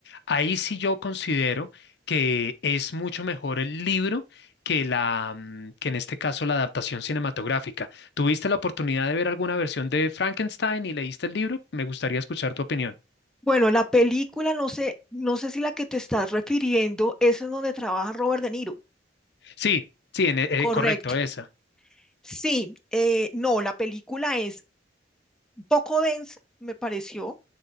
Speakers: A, on the left; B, in the centre.
A: Ahí sí yo considero que es mucho mejor el libro que la, mm, que en este caso la adaptación cinematográfica. ¿Tuviste la oportunidad de ver alguna versión de Frankenstein y leíste el libro? Me gustaría escuchar tu opinión.
B: bueno, la película, no sé, no sé si la que te estás refiriendo es en donde trabaja Robert De Niro.
A: Sí, sí, en e- eh,
B: Correcto.
A: correcto, esa.
B: Sí, eh, no, la película es un poco densa, me pareció,